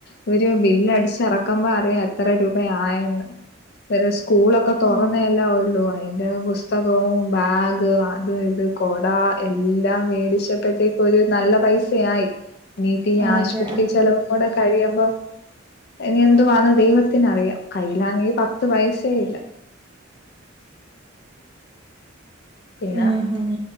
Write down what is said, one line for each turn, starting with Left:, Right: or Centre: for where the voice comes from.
Left: ഇവര് ബില്ലടിച്ചിറക്കുമ്പോ അറിയാ എത്ര രൂപയായെന്ന് ഇവരെ സ്കൂളൊക്കെ തുറന്നേല്ലേ
Right: ഉം
Left: ഒള്ളു അയിന്റെ പുസ്തകവും ബാഗ് അത് ഇത് കൊട എല്ലാം മേടിച്ചപ്പെത്തെ ഒരു നല്ല പൈസയായി ഇനിട്ടി ഈ
Right: അതെ
Left: ആശുപത്രി
Right: ആഹ്
Left: ചെലവും കൂടെ കഴിയു മ്പം ഇനി എന്തുവാന്ന് ദൈവത്തിനറിയാം കയ്യിലാന്നെ പത്ത് പൈസേല്ല പിന്നെ
Right: ഉം ഉം